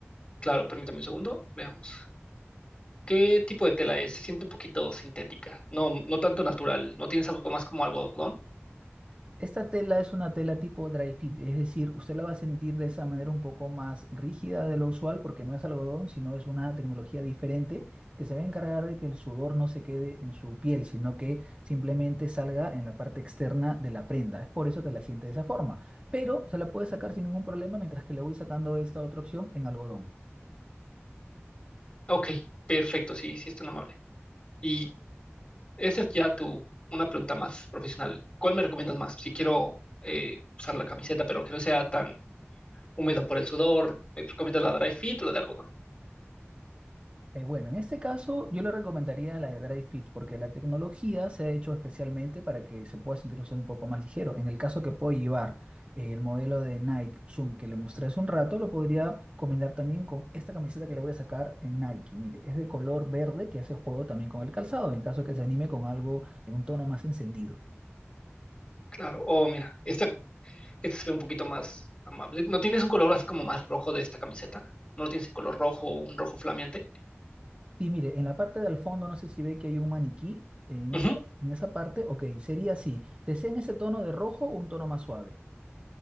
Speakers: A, on the left (about 25°); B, on the right (about 25°).
A: Claro, permítame un segundo, veamos. ¿Qué tipo de tela es? Siento un poquito sintética, no, no tanto natural. ¿No tienes algo más como algodón?
B: Esta tela es una tela tipo dry fit, es decir, usted la va a sentir de esa manera un poco más rígida de lo usual porque no es algodón, sino es una tecnología diferente que se va a encargar de que el sudor no se quede en su piel, sino que simplemente salga en la parte externa de la prenda. Es por eso que la siente de esa forma, pero se la puede sacar sin ningún problema mientras que le voy sacando esta otra opción en algodón.
A: Ok, perfecto, sí, sí es tan amable. ¿Y Esa es ya tu, una pregunta más profesional. ¿Cuál me recomiendas más? Si quiero eh, usar la camiseta, pero que no sea tan húmedo por el sudor, ¿me recomiendas la dry fit o la de algodón?
B: Eh, bueno, en este caso yo le recomendaría la de Dry Fit porque la tecnología se ha hecho especialmente para que se pueda sentir usted un poco más ligero. En el caso que pueda llevar eh, el modelo de Nike Zoom que le mostré hace un rato, lo podría combinar también con esta camiseta que le voy a sacar en Nike. Mire, es de color verde que hace juego también con el calzado, en el caso que se anime con algo en un tono más encendido.
A: Claro. Oh, mira, esta, esta se ve un poquito más amable. ¿No tienes un color así como más rojo de esta camiseta? ¿No lo tienes en color rojo, un rojo flameante?
B: Y mire, en la parte del fondo no sé si ve que hay un maniquí. eh, En
A: Ujú.
B: esa, en esa parte, ok, sería así. ¿Desean ese tono de rojo o un tono más suave?